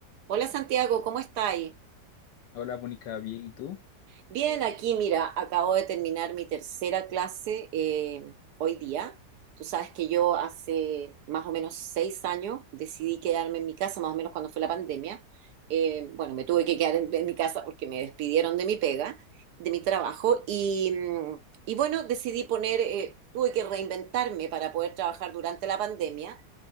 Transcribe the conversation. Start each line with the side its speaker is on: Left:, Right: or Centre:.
Right: Hola Santiago, ¿cómo estáis?
Left: Hola, Mónica, bien, ¿y tú?
Right: Bien, aquí mira, acabo de terminar mi tercera clase eh, hoy día. Tú sabes que yo hace más o menos seis años decidí quedarme en mi casa, más o menos cuando fue la pandemia. Eh, bueno, me tuve que quedar en, en mi casa porque me despidieron de mi pega, de mi trabajo. Y, mm, y bueno, decidí poner, eh, tuve que reinventarme para poder trabajar durante la pandemia.